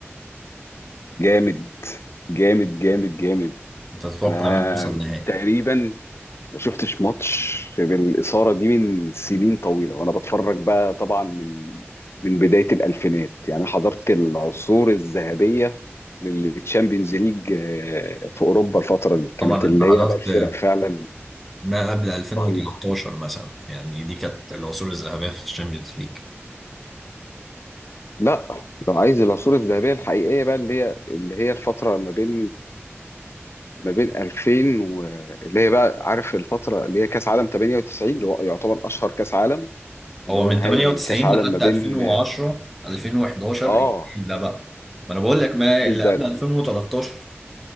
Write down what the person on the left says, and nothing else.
جامد جامد جامد جامد
انا
تقريبا ما شفتش ماتش بالاثاره دي من سنين طويله وانا بتفرج بقى طبعا من من بدايه الالفينات يعني حضرت العصور الذهبيه للتشامبيونز ليج آه، في اوروبا الفتره دي كانت
اللي
هي بقى الفرق فعلا
رهيبه
لا لو عايز العصور الذهبية الحقيقية بقى اللي هي اللي هي الفترة ما بين ما بين 2000 و... اللي هي بقى عارف الفترة اللي هي كأس عالم 98 اللي هو يعتبر أشهر كأس عالم اللي
هو
نهائي
كأس عالم
ما بين
آه
الجيل
ده